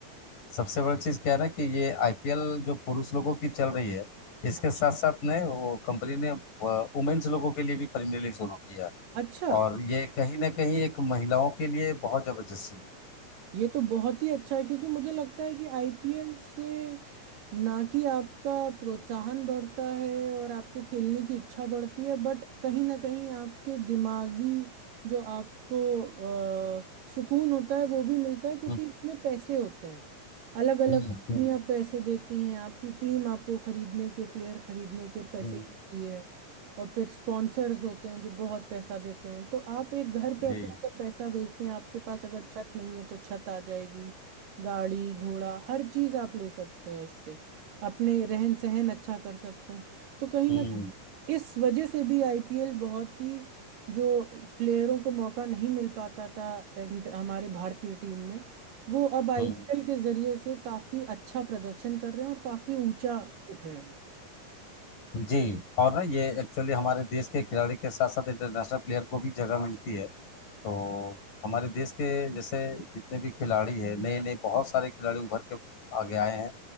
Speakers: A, on the left; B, on the right.
A: सबसे बड़ा चीज क्या है ना कि ये आईपीएल जो पुरुष लोगों की चल रही है इसके
B: अच्छा
A: साथ साथ ने वो कंपनी ने वुमेन्स लोगों के लिए भी प्रीमियर लीग शुरू किया है
B: अच्छा
A: और ये कहीं ना कहीं एक महिलाओं के लिए बहुत जबरदस्ती है
B: ये तो बहुत ही अच्छा है क्योंकि मुझे लगता है कि आईपीएल से ना कि आपका प्रोत्साहन बढ़ता है और आपको खेलने की इच्छा बढ़ती है बट कहीं ना कहीं आपके दिमागी जो आपको अ, सुकून होता है वो भी मिलता है क्योंकि
A: हम्म
B: इसमें पैसे होते हैं अलग अलग
A: हम्म
B: कंपनियां
A: हम्म
B: पैसे देती हैं आपकी टीम आपको खरीदने के प्लेयर खरीदने के पैसे
A: हम्म
B: देती है और फिर स्पॉन्सर्स होते हैं जो बहुत पैसा देते हैं तो आप एक घर पे
A: जी
B: अपना का पैसा भेजते हैं आपके पास अगर छत नहीं है तो छत आ जाएगी गाड़ी घोड़ा हर चीज आप ले सकते हैं इससे अपने रहन सहन अच्छा कर सकते हैं तो कहीं
A: हम्म
B: ना कहीं इस वजह से भी आईपीएल बहुत ही जो प्लेयरों को मौका नहीं मिल पाता था and हमारे भारतीय टीम में वो अब आईपीएल
A: हम्म,
B: के जरिए से काफी अच्छा प्रदर्शन कर रहे हैं और काफी ऊंचा उठ रहे हैं
A: जी और ना ये एक्चुअली हमारे देश के खिलाड़ी के साथ साथ इंटरनेशनल प्लेयर को भी जगह मिलती है तो हमारे देश के जैसे जितने भी खिलाड़ी हैं नए नए बहुत सारे खिलाड़ी उभर के आगे आए हैं